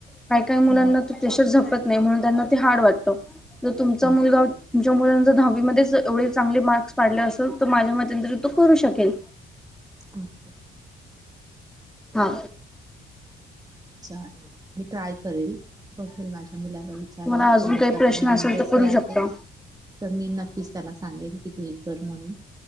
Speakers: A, in the centre; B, on the right.
A: काही काही मुलांना
B: अच्छा.
A: तर प्रेशर झेपत नाही म्हणून त्यांना ते हार्ड वाटतं. तर तुमचा
B: हं,
A: मुलगा
B: हं.
A: तुमच्या मुलांने जर दहावीमध्येच एवढे चांगले मार्क्स पाडले असेल तर माझ्या मतें तरी तो करू शकेल.
B: ओके!
A: हा!
B: चालेल. मी ट्राय करेल बघर माझ्या मुलाला विचारेल
A: तुम्हाला अजून
B: तो जर
A: काही
B: करण्यामध्ये
A: प्रश्न असेल
B: इंटरेस्ट
A: तर करू शकता.
B: असेल. तर मी नक्कीच त्याला सांगेल की तू एक कर म्हणून,